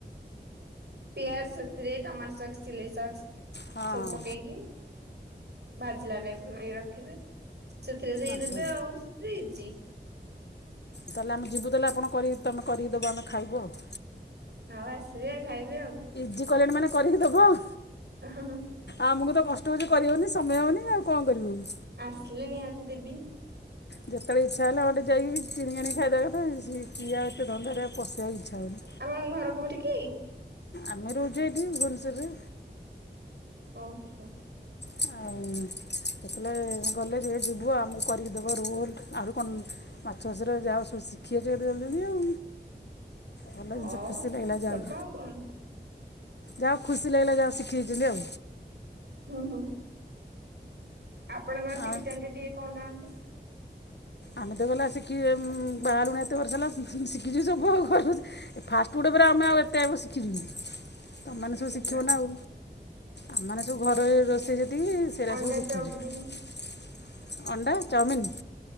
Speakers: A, on the right; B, on the left.
A: ପିଆଜ ସେଥିରେ ଟମାଟୋ ସକ୍ସ ଚିଲି ସକ୍ସ
B: ହଁ ହଁ
A: ସବୁ ପକେଇକି ଭାଜିଲା ଟାଇପ୍ ର କରି ରଖିବେ ସେଥିରେ ଦେଇଦେବେ
B: ଆଚ୍ଛା।
A: ଆଉ ଇ ଜି।
B: ତାହେଲେ ଆମେ ଯିବୁ ତାହେଲେ ଆପଣ କରି ତମେ କରିକି ଦେବ ଆମେ ଖାଇବୁ ଆଉ।
A: ଆଉ ଆସିବେ ଖାଇବେ ଆଉ।
B: ଆଜି କହିଲେଣି ମାନେ କରିକି ଦବ ଆଉ
A: ହଁ ହଁ
B: ଆମକୁ ତ କଷ୍ଟ ହଉଛି କରିହଉନି ସମୟ ହଉନି ଆଉ କଣ କରିବୁ ହୁଁ।
A: ଆସିଲେ ନିହାତି ଦେବି।
B: ଯେତେବେଳେ ଇଚ୍ଛା ହେଲା ଗୋଟେ ଯାଇକ କିଣିକି ଆଣିକି ଖାଇଦବା କଥା ସି କିଏ ଆଉ ଏତେ ଧନ୍ଦାରେ ଆଉ ପଶିବାକୁ ଇଚ୍ଛା ହଉନି‌।
A: ଆପଣଙ୍କ ଘର କୋଉଠି କି?
B: ଆମେ ରହୁଛୁ ଏଠି ଭୁବନେଶ୍ୱରରେ।
A: ପାଉଛୁ।
B: ଆଉ ଯେତେବେଳେ ଗଲେ ଟୀକେ ଯିବୁ ଆମକୁ କରିକି ଦେବ ରୋଲ୍ଟ ଆହୁରି କନ ମାଛ ବେସରେ ଯା ହଉ ସବୁ ସିଖି ଯାଇଛୁ ଏତେ ଜଲ୍ଦୀ ଜଲ୍ଦୀ ଆଉ। ଭଲ
A: ହଉ
B: ଜିନିଷ ଖୁସି ଲାଗିଲା ଯା
A: ଦବା
B: ହଉ
A: ଆଉ କଣ
B: ଯାହା ଖୁସି ଲାଗିଲା ଯାହା ଶିଖିଯାଇଛି ଆଉ।
A: ହୁଁ ହୁଁ ଆପଣ କଣ ଶିକିଚନ୍ତି
B: ଆଉ
A: ଟିକେ କ‌ହୁ ନାହାନ୍ତି।
B: ଆମେ ତ ଗଲା ଶିକି ବାହାହେଲୁଣି ଏତେ ବର୍ଷ ହେଲା ଶିକିଚୁ ସବୁ ଆଉ <unintelligible> ଏ ଫାଷ୍ଟ ଫୁଡ ଉପରେ ଆମେ ଆଉ ଏତେ ଆଉ ଶିଖିଛୁ କି? ତମାନେ ସବୁ
A: ଆଚ୍ଛା
B: ଶିଖିବ ନା ଆଉ ଆମେମାନେ ସବୁ ଘରୋଇ ରୋଷେଇ ଯେତିକି ସେରା
A: ଅଣ୍ଡା
B: ସବୁ ଶିଖିଛି
A: ଚପ୍ ବି
B: ଅଣ୍ଡା ଚାଉମିିନ।